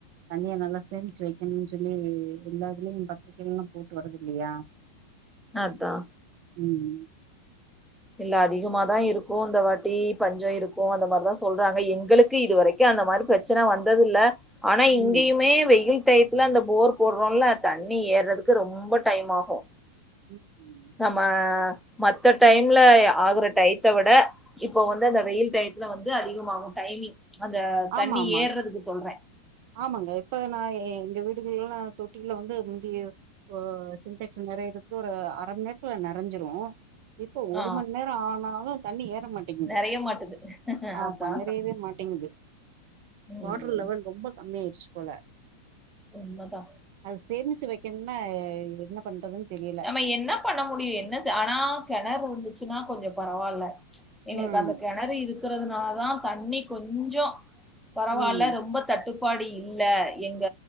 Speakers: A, on the right; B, in the centre.
A: தண்ணியா நல்லா சேமிச்சு வைக்கணுனு சொல்லி எல்லாதுலயு பத்திரிக்கைலலா போட்டு வரது இல்லையா
B: அதா
A: ம்
B: ல் அதிகமாதா இருக்கு இந்த வாட்டி பஞ்ச இருக்கு அந்த மாரிதா சொல்றாங்க எங்களுக்கு இதுவரை க்கி அந்த மாரி பிரச்சன வந்தது இல்ல ஆனா
A: ம்
B: இங்கயுமே வெயில் டயத்துல அந்த போர் போடுறோல்ல தண்ணி ஏறதுக்கு ரொம்ப டைம் ஆகு
A: ம் ம்
B: நம்ம மத்த டைம்ல ஆகுற டயத்த விட இப்போ வந்து அந்த வெயில் டயத்துல வந்து அதிகமாகு டைமிங் அந்த
A: ஆமா
B: தண்ணி
A: ஆமா
B: ஏறுறதுக்கு சொல்ற
A: ஆமாங்க இப்ப நா எங்க வீடுகள்ல்லலா தொட்டிக்குள்ள வந்து முந்தி இப்ப சிடெக்ஸ் நெறையறதுக்கு ஒரு அர மணி நேரத்துல நெறஞ்சிரு இப்ப ஒரு
B: ஆ
A: மண்நேரம் ஆனாலு தண்ணி ஏற மாட்டேங்குது
B: நெறைய மாட்டுது
A: ஆமா
B: அதா
A: நெறையவே மாட்டேங்குது
B: ம்
A: வாட்டர் லெவல் ரொம்ப கம்மியாயிடுச்சு போல
B: உண்மதா
A: அது சேமிச்சு வைக்கனுனா என்ன பண்றதுன்னு தெரியல
B: நம்ம என்ன பண்ண முடியு என்ன செ ஆனா கெணறு இருந்துச்சுன்னா கொஞ்சோ பரவால்ல எங்களுக்கு
A: ம்
B: அந்த கெணறு இருக்கிறதுனாலதா தண்ணி கொஞ்சோ பரவால்ல
A: ம்
B: ரொம்ப தட்டுப்பாடு இல்ல எங்க